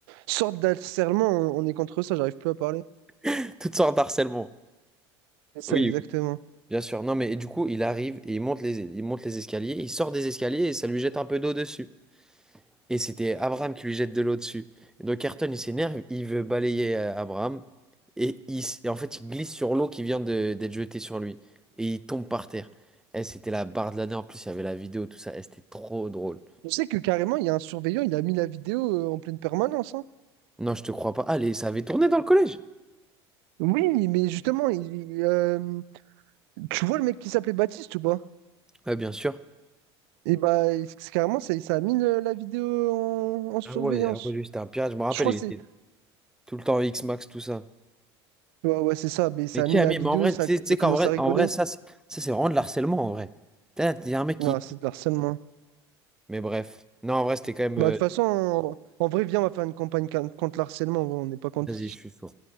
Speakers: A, on the right (about 65°); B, in the centre.
A: sortes d'harcèlement, on, on est contre ça, j'arrive plus à parler.
B: <laughs> Toutes sortes d'harcèlement.
A: C'est ça,
B: Oui,
A: exactement.
B: oui, bien sûr. Non, mais et du coup, il arrive et il monte les, il monte les escaliers, il sort des escaliers et ça lui jette un peu d'eau dessus. Et c'était Abraham qui lui jette de l'eau dessus. Et donc Ayrton, il s'énerve, il veut balayer euh, Abraham. Et, il, s- et en fait, il glisse sur l'eau qui vient de- d'être jetée sur lui. Et il tombe par terre. Eh, c'était la barre de l'année. En plus, il y avait la vidéo, tout ça. Eh, c'était trop drôle.
A: Tu sais que carrément, il y a un surveillant, il a mis la vidéo euh, en pleine permanence, hein.
B: Non, je te crois pas. Allez, ça avait tourné dans le collège.
A: Oui, mais justement, il, il, euh, tu vois le mec qui s'appelait Baptiste ou pas?
B: Ah, bien sûr.
A: Et bah, c'est carrément, ça, ça a mis le- la vidéo en, en surveillance.
B: Ah ouais, ah ouais, lui, c'était un pirate. Je me rappelle,
A: Je crois
B: il
A: que
B: était
A: c'est.
B: tout le temps X-Max, tout ça.
A: Ouais, ouais, c'est ça. Mais ça
B: Mais qui
A: a mis
B: a
A: la
B: mis?
A: vidéo,
B: Mais en vrai,
A: ça,
B: tu sais tu
A: ça
B: sais qu'en
A: commence
B: vrai,
A: à rigoler.
B: en vrai, ça, c'est ça, c'est vraiment de l'harcèlement, en vrai. T'as- Il y a un mec qui...
A: Ah, c'est de l'harcèlement.
B: Mais bref. Non, en vrai, c'était quand même...
A: Bah,
B: euh,
A: de toute façon, en, en vrai, viens, on va faire une campagne ca- contre l'harcèlement. ouais, On n'est pas contre.
B: Vas-y, je suis chaud.